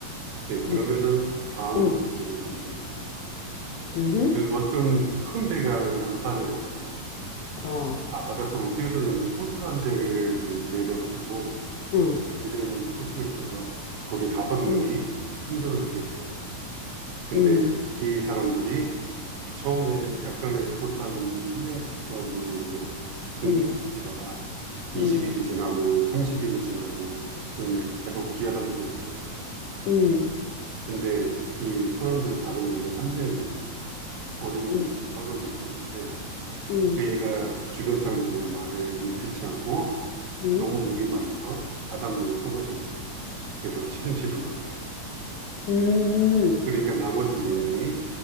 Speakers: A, on the right (about 80°); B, on the left (about 85°).
A: 오케이. 그러면은
B: 음,
A: 다음
B: 음,
A: 문제를 한번 해보자.
B: 음, 음,
A: 그 어떤 큰 배가 난파를 해서
B: 어,
A: 다 바닷속으로 뛰어들었는데 보트 한 대를 내려가지고
B: 음,
A: 내려놓은 보트가 있어서 거기에 다섯 명이
B: 음,
A: 생존을 하게 돼. 근데
B: 음,
A: 이 사람들이 처음에 약간의 포탄에 있는 식량과 물로 근근히
B: 음.
A: 버티다가 20일이
B: 음.
A: 지나고 30일이 지나고 그러면 계속 기아 상태에 있잖아.
B: 음,
A: 근데 이 선원들 다섯 명 중에 한 명이 어린
B: 음,
A: 그 선원이 있었는데
B: 음,
A: 그 애가 주변 사람들의 말을 듣지 않고
B: 음,
A: 너무 목이 말라서 바닷물을 퍼마신 거야. 그래서 시름시름 앓아.
B: 음,
A: 그러니까 나머지 네 명이